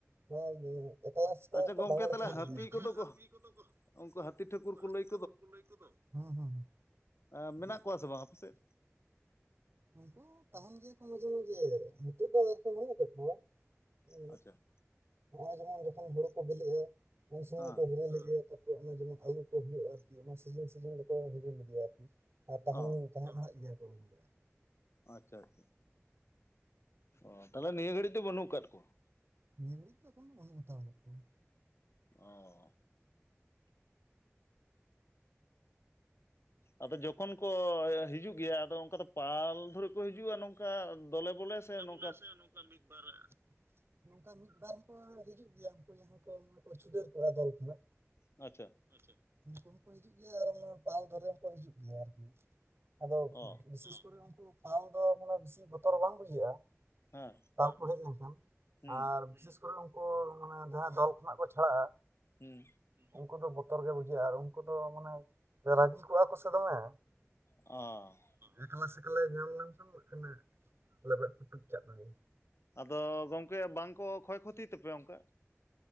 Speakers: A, on the right; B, on the left.
A: <unintelligible> ᱮᱠᱞᱟ <unintelligible>
B: ᱟᱪᱪᱷᱟ ᱜᱚᱝᱠᱮ
A: ᱛᱚ ᱵᱟᱞᱮ
B: ᱛᱟᱦᱚᱞᱮ
A: ᱪᱟᱞᱟᱜ
B: ᱦᱟᱹᱛᱤ
A: ᱜᱮᱭᱟ ᱾ ᱟᱪᱪᱷᱟ ᱜᱚᱝᱠᱮ
B: ᱠᱚᱫᱚ
A: ᱛᱟᱦᱞᱮ ᱦᱟᱹᱛᱤ
B: ᱠᱚ
A: ᱠᱚᱫᱚ ᱠᱚ
B: ᱩᱱᱠᱩ ᱦᱟᱹᱛᱤ ᱴᱷᱟᱹᱠᱩᱨ
A: ᱩᱱᱠᱩ
B: ᱠᱚ
A: ᱦᱟᱹᱛᱤ
B: ᱞᱟᱹᱭ
A: ᱴᱷᱟᱹᱠᱩᱨ ᱠᱚ ᱞᱟᱹᱭ ᱠᱚᱫᱚ? ᱦᱩᱸ ᱦᱩᱸ ᱦᱩᱸ᱾
B: ᱮᱸ ᱢᱮᱱᱟᱜ ᱠᱚᱣᱟ ᱥᱮ ᱵᱟᱝ ᱟᱯᱮ ᱥᱮᱫ?
A: ᱩᱱᱠᱩ ᱛᱟᱦᱮᱱ ᱜᱮᱭᱟ ᱠᱚ ᱢᱟᱡᱷᱮ ᱢᱟᱡᱷᱮ᱾ <unintelligible>
B: ᱟᱪᱪᱷᱟ᱾
A: ᱱᱚᱜᱼᱚᱭ ᱡᱮᱢᱚᱱ ᱡᱚᱠᱷᱚᱱ ᱦᱩᱲᱩ ᱠᱚ ᱵᱤᱞᱤᱜᱼᱟ ᱩᱱ ᱥᱚᱢᱚᱭ
B: ᱦᱮᱸ
A: ᱠᱚ ᱦᱤᱨᱟᱹᱭ ᱞᱮᱜᱮᱭᱟ ᱛᱚ᱾ ᱡᱮᱢᱚᱱ ᱟᱹᱞᱩ ᱠᱚ ᱦᱩᱭᱩᱜᱼᱟ ᱟᱨᱠᱤ ᱚᱱᱟ ᱥᱤᱡᱤᱱ ᱥᱤᱡᱤᱱ ᱫᱚᱠᱚ ᱦᱤᱨᱤᱞᱮᱜᱮᱭᱟ ᱟᱨᱠᱤ ᱟᱨ ᱛᱟᱦᱮᱱ
B: ᱚ
A: ᱛᱟᱦᱮᱱ ᱱᱟᱦᱟᱜ ᱜᱮᱭᱟ ᱠᱚ ᱩᱱᱜᱮ᱾
B: ᱟᱪᱪᱷᱟ ᱟᱪᱪᱷᱟ᱾ ᱚᱻ ᱛᱟᱦᱚᱞᱮ ᱱᱤᱭᱟᱹ ᱜᱷᱟᱹᱲᱤᱡ ᱫᱚ ᱵᱟᱹᱱᱩᱜ ᱠᱟᱛ ᱠᱚᱣᱟ?
A: ᱱᱤᱭᱟᱹ ᱜᱷᱟᱹᱲᱤᱡ ᱫᱚ ᱮᱠᱷᱚᱱᱚ ᱵᱟᱹᱱᱩᱜ ᱦᱟᱛᱟᱲ ᱠᱟᱜ ᱠᱚᱣᱟ᱾
B: ᱚᱸ᱾ ᱟᱫᱚ ᱡᱟ ᱠᱷᱚᱱ ᱠᱚ ᱦᱤᱡᱩᱜ ᱜᱮᱭᱟ ᱟᱫᱚ ᱚᱱᱠᱟ ᱫᱚ ᱯᱟᱞ ᱫᱷᱚᱨᱤ ᱠᱚ ᱦᱤᱡᱩᱜᱼᱟ ᱱᱚᱝᱠᱟ ᱫᱚᱞᱮ ᱵᱚᱞᱮ ᱥᱮ ᱱᱚ
A: <unintelligible> ᱥᱮ ᱱᱚᱝᱠᱟ ᱢᱤᱫ ᱵᱟᱨ? ᱱᱚᱝᱠᱟ ᱢᱤᱫᱵᱟᱨ ᱠᱚ ᱦᱤᱡᱩᱜ ᱜᱮᱭᱟ ᱩᱱᱠᱩ ᱡᱟᱦᱟᱸᱭ ᱠᱚ ᱪᱷᱩᱰᱟᱹᱨ ᱠᱚᱣᱟ ᱫᱚᱞ ᱠᱷᱚᱱᱟᱜ᱾
B: ᱟᱪᱪᱷᱟ᱾
A: ᱟᱪᱪᱷᱟ ᱩᱱᱠᱩ ᱦᱚᱸᱠᱚ ᱦᱤᱡᱩᱜ ᱜᱮᱭᱟ ᱟᱨ ᱚᱱᱟ ᱯᱟᱞ ᱫᱷᱟᱨᱮ ᱦᱚᱸᱠᱚ ᱦᱤᱡᱩᱜ ᱜᱮᱭᱟ ᱟᱨᱠᱤ᱾ ᱟᱫᱚ
B: ᱚ
A: ᱵᱤᱥᱮᱥ ᱠᱚᱨᱮ ᱩᱱᱠᱩ ᱯᱟᱞ ᱫᱚ ᱢᱟᱱᱮ ᱵᱮᱥᱤ ᱵᱚᱛᱚᱨ ᱵᱟᱝ ᱵᱩᱡᱷᱟᱹᱜᱼᱟ᱾
B: ᱦᱮᱸ
A: ᱯᱟᱞ ᱠᱚ ᱦᱮᱡ ᱞᱮᱱᱠᱷᱟᱱ
B: ᱦᱩᱸ
A: ᱟᱨ ᱵᱤᱥᱮᱥ ᱩᱱᱠᱩ ᱢᱟᱱᱮ ᱡᱟᱦᱟᱸ ᱫᱚ ᱠᱷᱚᱱᱟᱜ ᱠᱚ ᱪᱷᱟᱲᱟᱜᱼᱟ
B: ᱦᱩᱸ
A: ᱩᱱᱠᱩ ᱫᱚ ᱵᱚᱛᱚᱨ ᱜᱮ ᱵᱩᱡᱷᱟᱹᱜᱼᱟ ᱩᱱᱠᱩ ᱫᱚ ᱢᱟᱱᱮ ᱨᱟᱹᱜᱤ ᱠᱚᱜᱼᱟ ᱠᱚᱥᱮ ᱫᱚᱢᱮ᱾
B: ᱚ᱾
A: ᱮᱠᱞᱟᱥᱮᱠᱞᱟ ᱧᱟᱢ ᱞᱮᱱᱠᱷᱟᱱ ᱵᱟᱠᱷᱟᱱᱮ ᱞᱮᱵᱮᱫ ᱯᱩᱴᱩᱡ ᱠᱟᱜ ᱢᱮᱜᱮ᱾
B: ᱟᱫᱚ ᱜᱚᱢᱠᱮ ᱵᱟᱝᱠᱚ ᱠᱷᱚᱭ ᱠᱷᱚᱛᱤ ᱛᱟᱯᱮᱭᱟ ᱚᱱᱠᱟ?